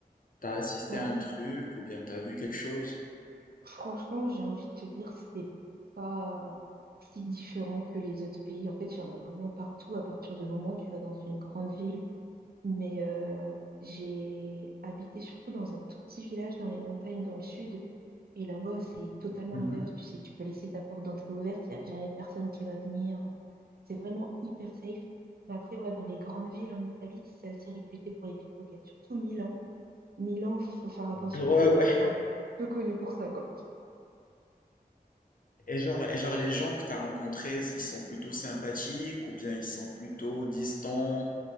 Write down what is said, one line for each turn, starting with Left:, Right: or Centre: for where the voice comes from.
Left: t'as assisté
Right: Bah,
Left: à un truc ou bien t'as vu quelque chose?
Right: franchement, j'ai envie de te dire, c'est pas si différent que les autres pays. En fait, il y en a vraiment partout à partir du moment où tu vas dans une grande ville. Mais euh, j'ai habité surtout dans un tout petit village dans les montagnes dans le sud. Et là-bas, c'est totalement
Left: Mhm.
Right: l'inverse. Tu sais, tu peux laisser ta porte d'entrée ouverte, il n'y a jamais personne qui va venir. C'est vraiment hyper safe. Mais après, ouais, dans les grandes villes en Italie, c'est assez réputé pour les pickpockets, surtout Milan. Milan, faut faire attention.
Left: Ouais,
Right: C'est
Left: ouais.
Right: un peu connu pour ça, quoi.
Left: Et genre, et genre les gens que tu as rencontrés, ils sont plutôt sympathiques ou bien ils sont plutôt distants,